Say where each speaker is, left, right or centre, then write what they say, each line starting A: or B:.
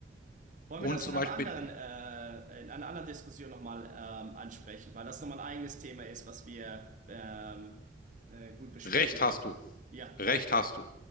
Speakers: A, on the right; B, on the left.
A: Wollen
B: Und
A: wir das
B: zum
A: in einem
B: Beispiel,
A: anderen, äh, in einer anderen Diskussion nochmal ähm, ansprechen, weil das nochmal ein eigenes Thema ist, was wir ähm, äh, gut besprechen
B: Recht
A: könnten.
B: hast du,
A: Ja.
B: Recht hast du.